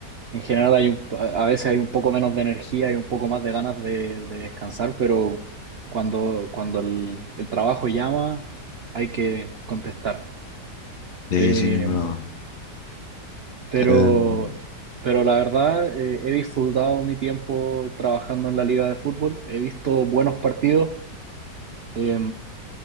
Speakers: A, on the right (about 65°); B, on the left (about 65°).
A: En general hay un, a veces hay un poco menos de energía y un poco más de ganas de, de descansar, pero cuando, cuando el, el trabajo llama hay que contestar.
B: Sí,
A: Eh,
B: sin ninguna duda.
A: pero,
B: Em,
A: pero la verdad eh, he disfrutado mi tiempo trabajando en la liga de fútbol, he visto buenos partidos. Eh,